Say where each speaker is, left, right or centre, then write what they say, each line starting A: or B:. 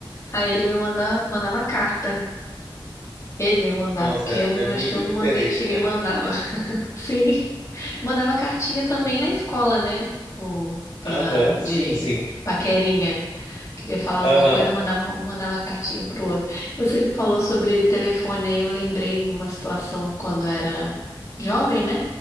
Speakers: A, on the left; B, on the left.
A: Aí ele me mandava, mandava carta. Ele me mandava,
B: Nossa,
A: porque
B: é,
A: eu
B: é muito
A: acho que eu não
B: diferente,
A: mandei, cheguei
B: né?
A: a mandar, não. <laughs> Sim. Mandava cartinha também na escola, né? Tipo, pra-
B: Aham, Sim,
A: de
B: sim.
A: paquerinha. Queria falar alguma
B: Aham,
A: coisa, mandava, mandava cartinha pro outro. Você me falou sobre telefone, aí eu lembrei de uma situação quando eu era jovem, né?